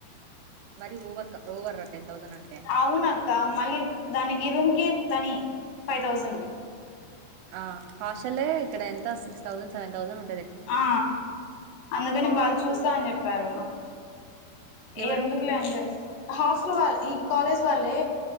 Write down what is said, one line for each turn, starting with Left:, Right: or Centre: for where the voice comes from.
Right: మరి ఓవర్ ఓవర్ రా టెన్ థౌసండ్ అంటే
Left: అవునక్క మళ్ళీ దానికి ఈ రూమ్ కి తని ఫైవ్ థౌజండ్
Right: ఆ హాషలే ఇక్కడ ఎంత అంతా సిక్స్ థౌజండ్ సెవెన్ తౌజండ్ ఉ
Left: ఆ అందుకని వాళ్ళు చూస్ స్తా అని చెప్పారు
Right: ఎవరు
Left: ఎందుకులే అని చెప్ హాస్టల్ వాల ఈ కాలేజ్ వాళ్ళే